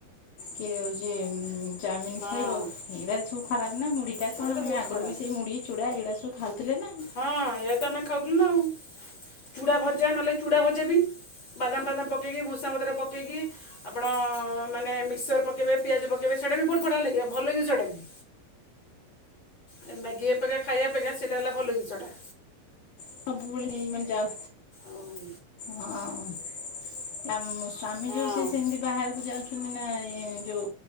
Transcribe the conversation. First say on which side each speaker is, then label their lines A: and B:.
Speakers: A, on the left; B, on the left.
A: କିଏ କଉଛି ଚାଉମିନ
B: ହଁ
A: ଖାଇବ ଏଇଗୁଡା ସବୁ ଖରାପ ନା ମୁଢ଼ି ଟା
B: ସେଗୁଡ଼ା
A: କଣ
B: ତ
A: ଆମେ
B: ବହୁତ
A: ଆଗରୁ
B: ଖରାପ
A: ବି ସେଇ ମୁଢ଼ି ଚୂଡ଼ା ଏଇଗୁଡ଼ା ସବୁ ଖାଉଥିଲେ ନା।
B: ହଁ ଏୟାତ ଆମେ ଖାଉଥିଲୁ ନା ଆଉ ଚୁଡ଼ା ଭଜା ନହେଲେ ଚୁଡ଼ା ଭଜା ବି। ବାଦାମ ଫାଦାମ ପକେଇକି ଭୂଷାଙ୍ଗା ପତର ପକେଇକି ଆପଣ ମାନେ ମିକ୍ସର ପକେଇବେ ପିଆଜ ପକେଇବେ ସେଇଟା ବି ବହୁତ ବଢିଆ ଲାଗିବ ଭଲ ଜିନିଷ ଟା ବି। ମ୍ୟାଗି ଅପେକ୍ଷା ଖାଇଆ ଅପେକ୍ଷା ସେଇଟା ହେଲା ଭଲ ଜିନିଷଟା।
A: ସବୁ ବେଳେ ଏଇ ମାନେ ଯାଉ
B: ଆଉ
A: ହଁ। ଆ ସ୍ଵାମୀ
B: ହଁ
A: ଯୋଉ ସିଏ ସେମିତି ବାହାରକୁ ଯାଉଛନ୍ତି ନାଇ ଯୋଉ